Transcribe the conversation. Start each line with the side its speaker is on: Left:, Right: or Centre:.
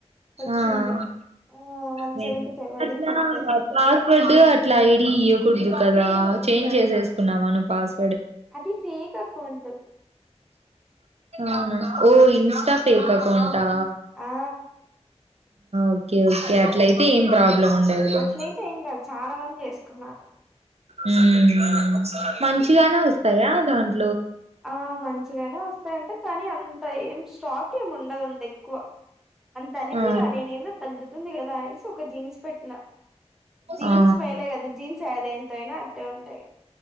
Centre: వచ్చింది
Right: ఆహ్
Centre: ఆ వన్
Right: నేను
Centre: సెవెంటీ ఫైవ్ పడింది
Right: అట్లా
Centre: అంతే
Right: పాస్వర్డ్ అట్లా ఐడి ఇయక్. కుడదు కదా చేంజ్ చేసేసుకున్నావా నువ్వు పాస్.
Centre: అది ఫేక్ అకౌంట్.
Right: అవును ఓ ఇన్స్టా పేక్ అకౌంటా.
Centre: ఆ
Right: ఓకే ఓకే అట్లయితే ఏం ప్రాబ్లం. ఉండదులే
Centre: ఫేక్ ఏం కాదు చాలా మంది చేసుకున్నారు.
Right: హ్మ్ మంచిగానే వస్తాయా దాంట్లో.
Centre: ఆహ్ మంచిగానే వస్తాయంటే కానీ అంత ఏం స్టాక్ ఏమి ఉండదు అంత ఎక్కువ. అంత అనిపియలేలా
Right: ఆ
Centre: నేనే ఏందో తగ్గుతుంది కదా అనేసి ఒక జీన్స్ పెట్టినా. జీన్స్
Right: ఆ
Centre: మేలే కదా జీన్స్ యాది ఎంత అయినా అట్టే ఉంటాయి.